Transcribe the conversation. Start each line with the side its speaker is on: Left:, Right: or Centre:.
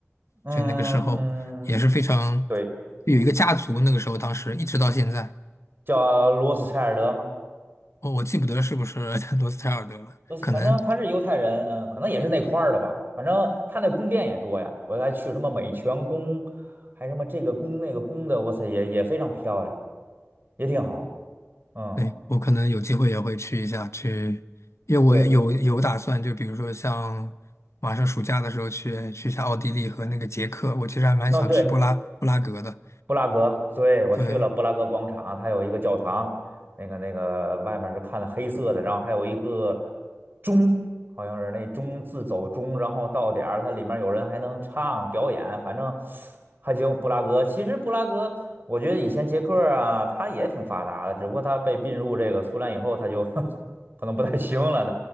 Right: 嗯嗯，
Left: 就那个时候也是非常
Right: 对，
Left: 有一个家族，那个时候当时一直到现在，
Right: 叫罗斯柴尔德吗？
Left: 我我记不得是不是 <laughs> 罗斯柴尔德了，
Right: 呃，反正他是犹太人，
Left: 可能。
Right: 嗯，可能也是那块儿的吧。反正他那宫殿也多呀，我还去什么美泉宫，还什么这个宫那个宫的，我操，也也非常漂亮，也挺好。嗯，
Left: 对，我可能有机会也会去一下，去，因为我有有打算，
Right: 对，
Left: 就比如说像马上暑假的时候去去一下奥地利和那个捷克，我其实还蛮想去布拉布拉格的。
Right: 那对，布拉格，对，我去了布拉格广场，
Left: 对
Right: 它有一个教堂，那个那个外面是看的黑色的，然后还有一个钟，好像是那钟自走钟，然后到点儿它里面有人还能唱表演，反正还行。布拉格其实布拉格，我觉得以前捷克啊，它也挺发达的，只不过它被并入这个苏联以后，它就 <laughs> 可能不太行了。